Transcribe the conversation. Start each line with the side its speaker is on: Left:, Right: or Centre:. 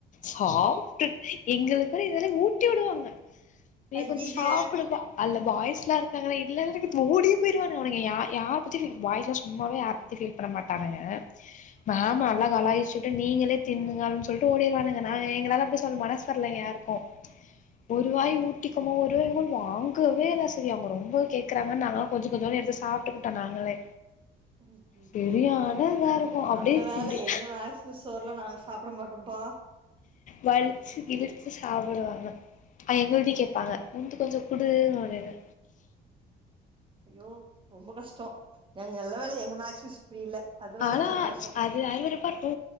Left: சாப்டு எங்களுக்கு வேற இதெல்லாம் ஊட்டி விடுவாங்க நீ
Right: ஐய்யய்ய
Left: கொஞ்சம் சாப்டுப்பா அல்ல பாய்ஸ்லாம் இருக்காங்கள்லா இதுல என்ன இருக்குது ஓடிய போயிடுவானங்க அவனுங்க யா யார பத்தி பாய்ஸ்லா சும்மாவே யார பத்தி ஃபீல் பண்ண மாட்டான்ங்க ஆமா நல்லா கலாய்ச்சு நீங்களே தின்னுங்க அப்டின்னு சொல்லிட்டு ஓடிடுவானுங்க நா எங்களால அப்டி சொல்ல மனசு வரல இங்க யாருக்கும் ஒருவாய் ஊட்டிக்கமோ ஒருவாய் கூ வாங்கவே இல்ல சரியா அவங்க ரொம்ப கேக் றாங்கனு நாங்கலாம் கொஞ்ச கொஞ்ச எடுத்து சாப்டுக்கிட்டோ நாங்களே
Right: ஐயையோ
Left: சரியான
Right: அத
Left: இதா இருக்கு அப்டியே
Right: நல்ல வேல
Left: சிம்பி
Right: எங்க மேக்ஸ் மிஸ் சோர்லா நாங்க சாப்பிட மாட்டோம் பா
Left: வலிச்சு இழிச்சு சாப்பிடுவாங்க அ எங்களுட்டயும் கேபாங்க உந்து கொஞ்ச குடு அப்டின்னு
Right: ஐயோ ரொம்ப கஷ்டம் நாங்க நல்ல வேல எங்க மேக்ஸ் மிஸ் இப்டி இல்ல அது வரைக்கு
Left: ஆனா
Right: சந்தோஷோ
Left: அது இது அருவருப்பா து